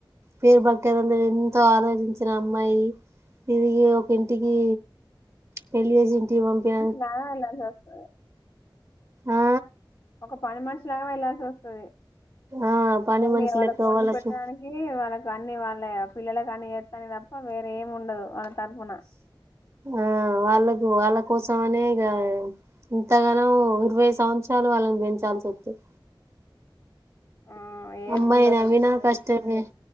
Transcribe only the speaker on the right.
పేరు <unintelligible> ఎంతో ఆలోచించిన అమ్మాయి తిరిగి ఒకింటికి పెళ్ళిజేసి ఇంటికి పంపియ
ఆ
ఆ పని
మనిషి
లెక్క వాళ్ళకు
ఆ వాళ్ళ కు వాళ్ళ కోసమనే ఇగ ఇంతగానో ఇరవై సంవత్సరాలు వాళ్ళని బెంచ్ పెట్టాల్సొత్తది
అమ్మాయి
నవ్వినా కష్టమే